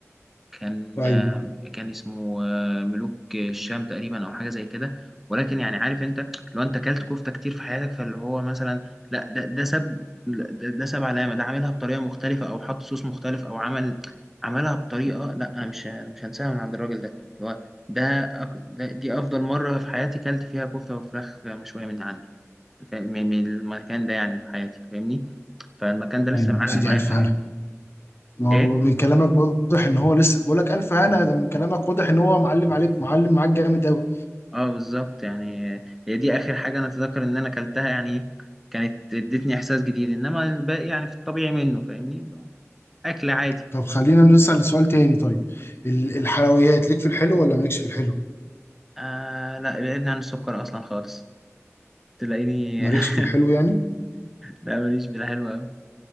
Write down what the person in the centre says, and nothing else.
كان
كان اسمه ملوك الشام تقريبا أو حاجة زي كده ولكن يعني عارف أنت لو أنت أكلت كفتة كتير في حياتك فاللي هو مثلا لا ده ده ساب لا، ده, ده ساب علامة ده عاملها بطريقة مختلفة أو حط صوص مختلف أو عمل عملها بطريقة لا أنا مش أنا مش هنساها من عند الراجل ده اللي هو ده, أك- ده دي أفضل مرة في حياتي كلت فيها كفتة وفراخ مشوية من عنده فا- من من المكان ده يعني في حياتي فاهمني فالمكان ده لسه
معلق
معايا
في-
<laughs> ايه
اه بالظبط يعني هي دي اخر حاجه انا اتذكر ان انا اكلتها يعني كانت ادتني احساس جديد انما الباقي يعني في الطبيعي منه فاهمني اكل عادي
آه لا بعدنا عن السكر اصلا خالص تلاقيني
<laughs>
لا ماليش في الحلو قوي